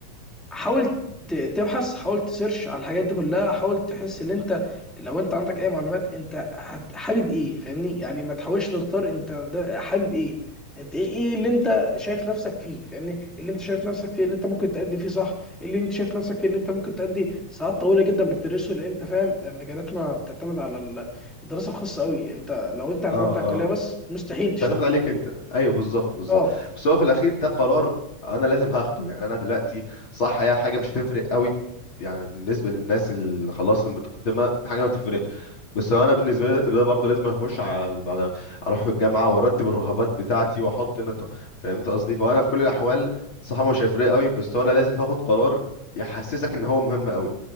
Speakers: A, in the centre; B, on the left.
A: حاول ت- تبحث حاول تسيرش على الحاجات دي كلها حاول تحس ان انت لو انت عندك اي معلومات انت هت- حابب ايه فاهمني يعني ما تحاولش تختار انت ده حابب ايه انت ايه ايه اللي انت شايف نفسك فيه فاهمني اللي انت شايف نفسك فيه اللي انت ممكن تأدي فيه صح اللي انت شايف نفسك فيه اللي انت ممكن تأدي ساعات طويلة جدا بتدرسه لان انت فاهم مجالاتنا بتعتمد على ال- الدراسة الخاصة قوي انت لو انت اعتمدت
B: اه
A: على الكلية
B: اه
A: بس مستحيل تشتغل
B: تعتمد عليك انت ايوه بالظبط بالظبط
A: اه
B: بس هو في الاخير ده قرار انا لازم هاخده يعني انا دلوقتي صح هي حاجه مش هتفرق قوي يعني بالنسبه للناس اللي خلاص المتقدمه حاجه ما بتفرقش بس هو انا بالنسبه لي دلوقتي ده برضه لازم اخش على على اروح في الجامعه وارتب الرغبات بتاعتي واحط نط... فهمت قصدي فانا في كل الاحوال صح مش هيفرق قوي بس هو انا لازم هاخد قرار يحسسك ان هو مهم قوي